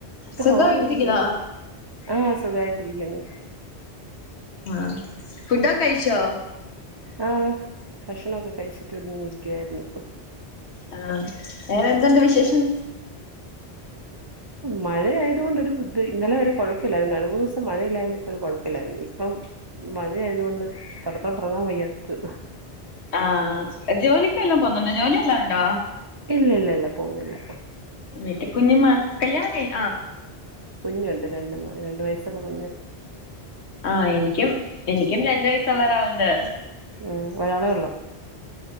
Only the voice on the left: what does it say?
സുഖമായിട്ടിരിക്കുന്നോ
ആഹ് ഫുഡ് ഒക്കെകഴിച്ചോ
ആഹ് വേറെ എന്തുണ്ട് വിശേഷം
ആഹ് ജോലിക്ക്ല്ലാം പോന്നുണ്ടോ ജോലി എല്ലാം ഉണ്ടോ
വീട്ടിൽ കുഞ്ഞി മാ കല്യാണ കയിഞ്ഞ്
ആഹ് എനിക്കും എനിക്കും രണ്ട് വയസുള്ള ഒരാളുണ്ട്